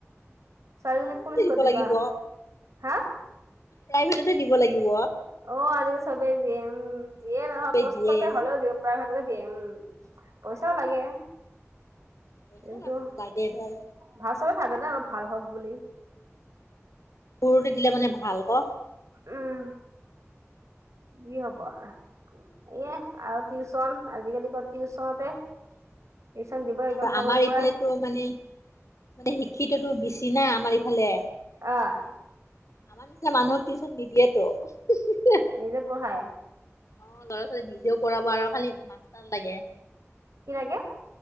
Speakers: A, on the right; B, on the left.
A: ছোৱালীজনীক
B: প্ৰাইভেটতে
A: কোন স্কুলত
B: দিব
A: দিবা?
B: লাগিব
A: হা?
B: প্ৰাইভেতটে দিব লাগিব।
A: অ', আজিকাল চবে দিয়ে উম, যিয়ে নহক
B: চবেই
A: কষ্টকে
B: দিয়েই
A: হলও দিয় প্ৰাইভেটতে দিয়ে উম, পইচা লাগে।
B: পইচা
A: কিন্তু
B: লাগে, লাগে ধৰ
A: ভাল চবে ভাবে ন অলপ ভাল হ'ক বুলি।
B: সুৰতে দিলে মানে ভাল কৰক।
A: উম, যি হব আৰু। এয়া আৰু টিউচন আজিকালি <unintelligible> টিউচনতে টিউচন দিব একদম
B: আৰু
A: সৰুৰ
B: আমাৰ
A: পৰাই
B: ইফালেটো মানে, মানে শিক্ষিততো বেছি নাই আমাৰ এইফালে। মানে
A: আহ
B: আমাৰ নিচিনা মানুহক টিউচন নিদিয়েতো <unintelligible>
A: নিজে পঢ়ায়।
B: অ', ল'ৰা ছোৱালী নিজেও পঢ়াব আৰু খালি মাষ্টাৰ লাগে।
A: কি লাগে?